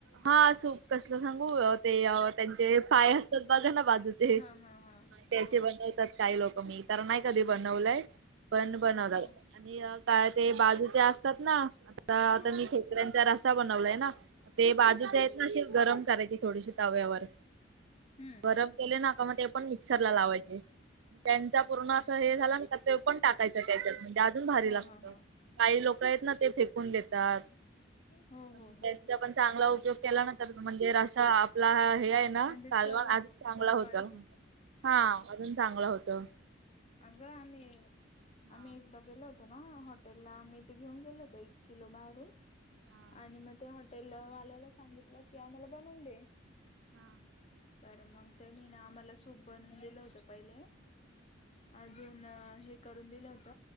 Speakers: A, on the right; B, on the left.
A: हा सूप कसलं सांगू ते त्यांचे पाय असतात बघा ना बाजूचे
B: हा हा हा
A: त्याचे
B: हा
A: बनवतात काही लोक मी तर नाही कधी बनवलंय पण बनवतात
B: हा हा
A: आणि काय ते बाजू ते असतात ना आता
B: हो
A: आता मी
B: हो
A: खेकड्याचा रसा बनवलाय ना ते बाजूच्या
B: हो हो
A: आहेत ना अशी गरम करायची थोडीशी तव्यावर
B: हम्म
A: गरम केले ना का मग ते पण मिक्सरला लावायचे त्यांचा पूर्ण असं हे झालं ना का ते पण टाकायचं त्याच्यात म्हणजे अजून भारी
B: हा
A: लागत
B: हा हा
A: काही लोक आहेत ना ते फेकून देतात
B: हो
A: पण
B: हो हो
A: त्याचा पण चांगला उपयोग केला ना तर म्हणजे रसा आपला हे आहे ना
B: म्हणजे
A: कालवण
B: चव
A: अजून चांगलं
B: चव
A: होत
B: वाढते
A: हा अजून चांगलं होतं
B: अगं आम्ही
A: हा
B: आम्ही एकदा गेलो होतो ना हॉटेलला मी ते घेऊन गेलो होतो एक किलो बाहेरून
A: हा
B: आणि मग ते हॉ टेलवाल्याला सांगितलं की आम्हाला बनवून दे.
A: <inaudible>
B: तर मग त्यांनी ना आम्हाला सूप बनून दिलं होतं पहिले. अजून हे करून दिलं होत